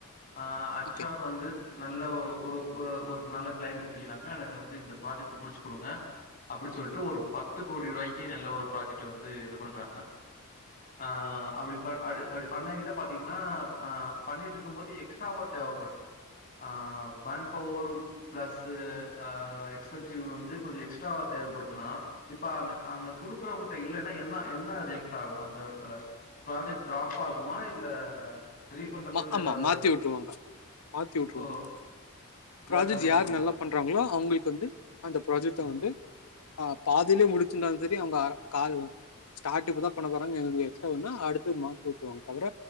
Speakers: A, on the left; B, on the left.
A: ஆ ஹச்
B: ஓகே.
A: ஆர் வந்து நல்ல ஒ ஒ ஓ ஒர் நல்ல கிளைண்ட புடிக்குறாங்க ஆனா இத வந்து இந்த ப்ராஜெக்ட் முடிச்சு குடுங்க அப்டி சொல்ட்டு ஒரு பத்து கோடி ரூபாய்க்கு நல்ல ஒரு ப்ராஜெக்ட் வந்து இது பண்றாங்க ஆ அப்டி அது அப்டி பண்ணையில பாத்தீங்கன்னா ஆ பண்ணிட்டு இருக்கும் போது எக்ஸ் ட்ராவா தேவப்படுது ஆ மேன் பவரும் பிளஸ்ஸு ஆ எக்ஸ்பென்சிவ் வந்து கொஞ்சோ எக்ஸ்ட்ராவா தேவப்படுத்துனா இப்ப அந்த அந்த குடுக்குறவங்க்ட இல்லன்னா என்ன என்ன ரியக்ட் ஆகு அந்த இடத்துல ப்ராஜெக்ட் ட்ராப் ஆகுமா இல்ல ரீஃபண்டபிள்
B: மா ஆமா
A: ஏதாவது
B: மாத்தி உட்டுருவாங்க மாத்தி உட்டுருவாங்
A: ஓ
B: ப்ராஜெக்ட்
A: வேற கம்பெனிக்கு
B: யார்
A: மாத்திட்டு
B: நல்லா பண்றாங்களோ அவுங்ளுக்கு வந்து அந்த ப்ராஜெக்ட்ட
A: ம்
B: வந்து ஆ பாதிலே முடிச்சிருந்தாலு செரி அவங்க அர கால் ஸ்டார்ட் இப்பதா பண்ண போறாங்க எங்களு எக்ஸ்ட்ரா வேணுனா அடுத்து மாத்தி விட்ருவாங்க தவிர